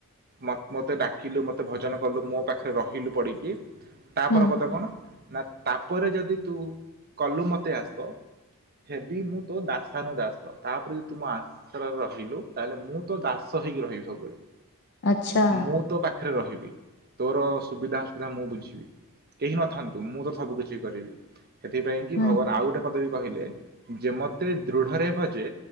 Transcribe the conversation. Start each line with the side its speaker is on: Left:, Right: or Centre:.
Right: ମୋ ମୋତେ ଡାକିଲୁ ମୋତେ ଭଜନ କଲୁ ମୋ ପାଖରେ ରହିଲୁ ପଡ଼ିକି ତାପରେ
Left: ହୁଁ
Right: ପଦ କଣ ନା ତାପରେ ଯଦି ତୁ କଲୁ ମତେ ଆସ ହେବି ମୁଁ ତୋ ଦାସାନୁ ଦାସ ତାପରେ ଯଦି ତୁମ ଆ ଆସରେ ରହିଲୁ ତାହେଲେ ମୁଁ ତ ଦାସ ହେଇକି ରହିବି ସବୁବେଳେ।
Left: ଆଚ୍ଛା।
Right: ମୁଁ ତୋ ପାଖରେ ରହିବି ତୋର ସୁବିଧା ଅସୁବିଧା ମୁଁ ବୁଝିବି। କେହି ନଥାନ୍ତୁ ମୁଁତ ସବୁ କିଛି କରିବି। ସେଥିପାଇଁ କି
Left: ହୁଁ
Right: ଭଗବାନ ଆଉ ଗୋଟେ ପଦ ବି କହିଲେ ଯେ ମତେ ଦୃଢରେ ଭଜେ